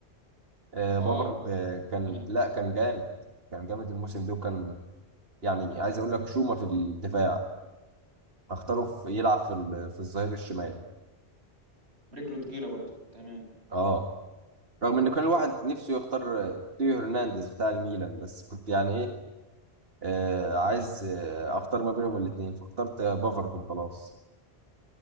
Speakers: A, on the right; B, on the right.
A: آه،
B: اه
A: بافارد آه، كان
B: تمام
A: لا كان جامد كان جامد الموسم ده وكان يعني عايز اقول لك شومة في الدفاع اختاره في يلعب في ال- في الظهير الشمال
B: ورجله تجيره برضه تمام
A: اه رغم انه كان الواحد نفسه يختار آه، تيو هرنانديز بتاع الميلان بس كنت يعني ايه آه، عايز آه، اختار ما بينهم الاثنين فاخترت آه، بافارد وخلاص